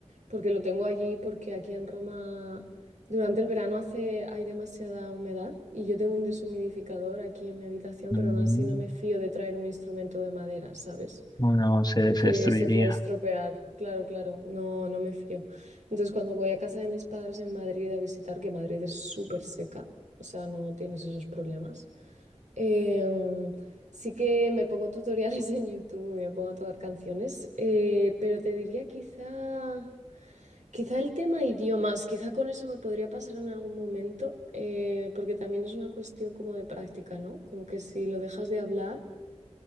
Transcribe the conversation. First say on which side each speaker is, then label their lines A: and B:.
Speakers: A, on the right (about 85°); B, on the left (about 35°).
A: porque lo tengo allí, porque aquí en Roma durante el verano hace, hay demasiada humedad y yo tengo un deshumidificador aquí en mi habitación,
B: Mm,
A: pero aún así no me fío de traer un instrumento de madera, ¿sabes?
B: Bueno, se,
A: porque
B: se destruiría.
A: se puede estropear. Claro, claro, no, no me fío. Entonces, cuando voy a casa de mis padres en Madrid a visitar, que Madrid es súper seca, o sea, no tienes esos problemas, em, sí que me pongo tutoriales <laughs> en YouTube y me pongo a tocar canciones, eh, pero te diría quizá, quizá el tema idiomas, quizá con eso me podría pasar en algún momento, eh, porque también es una cuestión como de práctica, ¿no? Como que si lo dejas de hablar